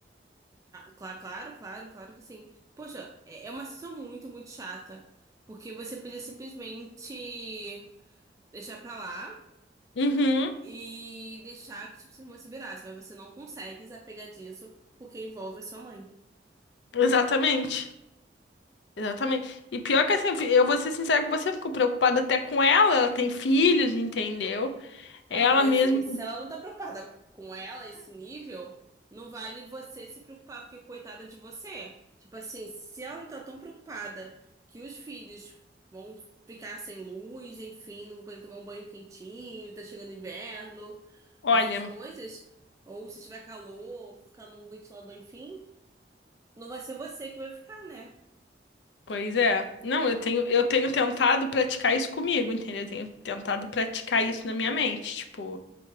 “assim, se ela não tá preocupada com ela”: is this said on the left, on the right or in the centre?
Right